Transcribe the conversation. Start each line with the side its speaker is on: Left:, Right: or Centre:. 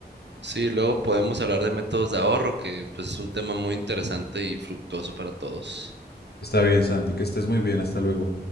Right: Sí, luego podemos hablar de métodos de ahorro, que pues es un tema muy interesante y fructuoso para todos.
Left: Está bien, Santi, que estés muy bien. Hasta luego.